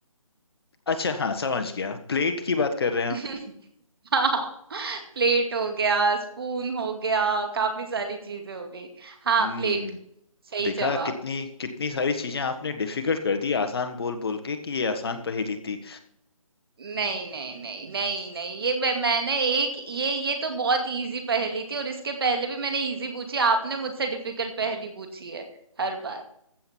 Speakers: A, on the left; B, on the right.
A: अच्छा हाँ समझ गया प्लेट की बात कर रहे हैं
B: <laughs>
A: आप
B: हाँ, प्लेट हो गया स्पून हो गया काफी सारी चीजें हो गई हाँ
A: हम्म
B: प्लेट सही
A: देखा
B: जवाब
A: कितनी कितनी सारी चीजें आपने डिफिकल्ट कर दी आसान बोल बोल के कि ये आसान पहेली थी
B: नहीं, नहीं, नहीं, नहीं, नहीं ये मैं मैंने एक ये ये तो बहुत इजी पहेली थी और इसके पहले भी मैंने इजी पूछी आपने मुझसे डिफिकल्ट पहेली पूछी है हर बार